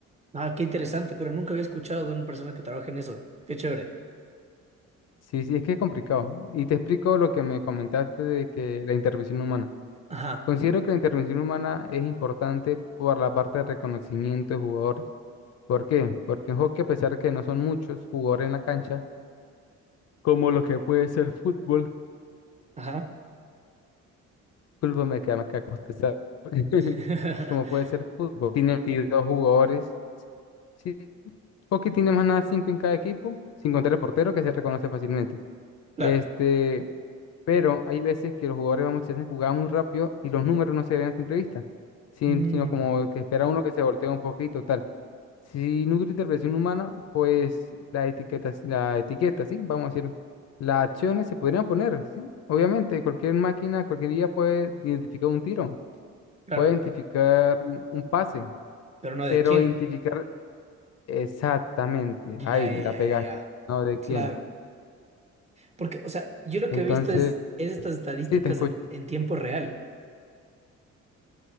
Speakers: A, on the right; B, on the left.
A: Ah, qué interesante, pero nunca había escuchado de una persona que trabaje en eso. Qué chévere.
B: Sí, sí, es que es complicado. Y te explico lo que me comentaste de que la intervención humana.
A: Ajá,
B: Considero que la intervención humana es importante por la parte de reconocimiento de jugadores. ¿Por qué? Porque en hockey, a pesar que no son muchos jugadores en la cancha, como lo que puede ser fútbol,
A: ajá.
B: fútbol me queda más caca, usted sabe, <laughs>
A: <laughs>
B: como puede ser fútbol, tiene 22 jugadores. Sí, hockey tiene más nada 5 en cada equipo, sin contar el portero que se reconoce fácilmente.
A: Claro.
B: Este, pero hay veces que los jugadores vamos se hacen jugadas muy rápido y los números no se ven a simple vista, sin-
A: Mm,
B: sino como que espera uno que se voltee un poquito, tal. Si no hubiera interpretación humana, pues la etiqueta, la etiqueta, ¿sí? Vamos a decir, las acciones se podrían poner, ¿sí? Obviamente, cualquier máquina, cualquier día puede identificar un tiro,
A: claro.
B: puede identificar un pase,
A: Pero no de
B: pero
A: quién.
B: identificar exactamente,
A: Ya,
B: ahí
A: ya,
B: la
A: ya,
B: pegaste,
A: ya. ya.
B: ¿no? ¿De quién?
A: Claro. Porque, o sea, yo lo que
B: Entonces,
A: he visto es, es estas estadísticas
B: sí, te escucho.
A: en, en tiempo real.